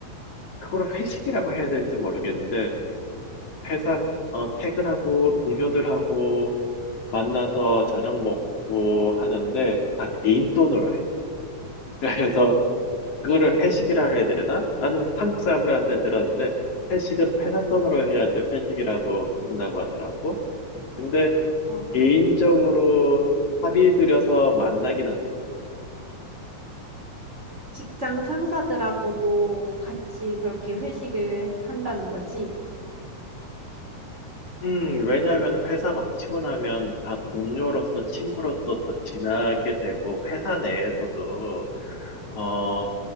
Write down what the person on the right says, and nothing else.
어,
직장 상사들하고도 같이 그렇게 회식을 한다는 거지?